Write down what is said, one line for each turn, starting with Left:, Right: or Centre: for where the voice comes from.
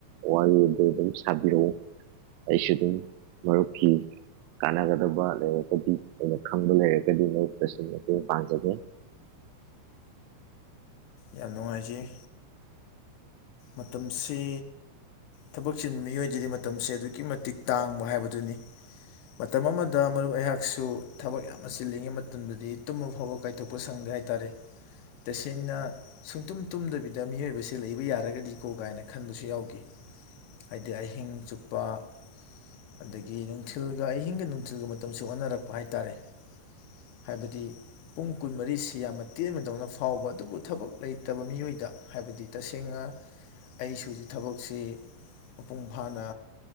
Right: ꯋꯥꯔꯤ ꯑꯗꯨ ꯑꯗꯨꯝ ꯁꯥꯕꯤꯔꯛꯎ ꯑꯩꯁꯨ ꯑꯗꯨꯝ ꯃꯔꯨꯞꯀꯤ ꯀꯥꯟꯅꯒꯗꯕ ꯂꯩꯔꯒꯗꯤ ꯑꯩꯅ ꯈꯪꯕ ꯂꯩꯔꯒꯗꯤ ꯃꯔꯨꯞꯇꯁꯨ ꯃꯇꯦꯡ ꯄꯥꯡꯖꯒꯦ
Left: ꯌꯥꯝ ꯅꯨꯡꯉꯥꯏꯖꯩ ꯃꯇꯝꯁꯤ ꯊꯕꯛ ꯆꯤꯟ ꯃꯤꯑꯣꯏꯗꯗꯤ ꯃꯇꯝꯁꯦ ꯑꯗꯨꯛꯀꯤ ꯃꯇꯤꯛ ꯇꯥꯡꯕ ꯍꯥꯏꯕꯗꯨꯅꯤ ꯃꯇꯝ ꯑꯃꯗ ꯃꯔꯨꯞ ꯑꯩꯍꯥꯛꯁꯨ ꯊꯕꯛ ꯌꯥꯝꯅ ꯆꯤꯜꯂꯤꯉꯩ ꯃꯇꯝꯗꯗꯤ ꯇꯨꯝꯕ ꯐꯥꯎꯕ ꯀꯥꯏꯊꯣꯛꯄ ꯁꯪꯗꯦ ꯍꯥꯏ ꯇꯥꯔꯦ ꯇꯁꯦꯡꯅ ꯁꯨꯡꯇꯨꯝ ꯇꯨꯝꯗꯕꯤꯗ ꯃꯤꯑꯣꯏꯕꯕꯁꯦ ꯂꯩꯕ ꯌꯥꯔꯒꯗꯤ ꯗꯤꯀꯣ ꯀꯥꯏꯅ ꯈꯟꯕꯁꯨ ꯌꯥꯎꯈꯤ ꯍꯥꯏꯗꯤ ꯑꯍꯤꯡ ꯆꯨꯞꯄ ꯑꯗꯒꯤ ꯅꯨꯡꯊꯤꯜꯒ ꯑꯍꯤꯡꯒ ꯅꯨꯡꯊꯤꯜꯒ ꯃꯇꯝꯁꯨ ꯑꯣꯟꯅꯔꯛꯄ ꯍꯥꯏꯇꯥꯔꯦ ꯍꯥꯏꯕꯗꯤ ꯄꯨꯡ ꯀꯨꯟꯃꯔꯤꯁꯤ ꯌꯥꯝꯅ ꯇꯦꯟꯕꯗꯧꯅ ꯐꯥꯎꯕ ꯑꯗꯨꯕꯨ ꯊꯕꯛ ꯂꯩꯇꯕ ꯃꯤꯑꯣꯏꯗ ꯍꯥꯏꯕꯗꯤ ꯇꯁꯦꯡꯅ ꯑꯩꯁꯨ ꯍꯧꯖꯤꯛ ꯊꯕꯛꯁꯤ ꯃꯄꯨꯡ ꯐꯥꯅ